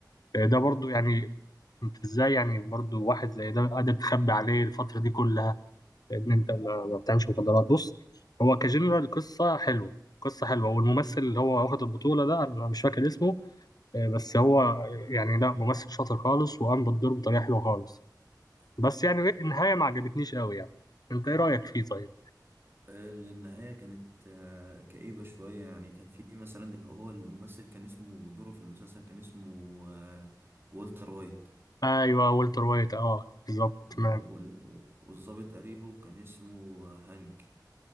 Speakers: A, on the left; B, on the right.
A: آه، ده برضو يعني انت ازاي يعني برضو واحد زي ده قادر تخبي عليه الفتره دي كلها لان انت ما ما بتعملش مخدرات بص هو كجنرال القصه حلوه قصه حلوه والممثل اللي هو واخد البطوله ده انا مش فاكر اسمه آه، بس هو يعني لا ممثل شاطر خالص وقام بالدور بطريقه حلوه خالص بس يعني إيه، النهايه ما عجبتنيش قوي يعني انت ايه رايك فيه طيب
B: اللي النهاية كانت آه، كئيبة شوية يعني كان في مثلا اللي هو الممثل كان اسمه دوره في المسلسل كان اسمه آه، والتر وايت
A: ايوه والتر وايت اه بالظبط
B: آه،
A: تمام
B: وال- والضابط قريبه كان اسمه هانك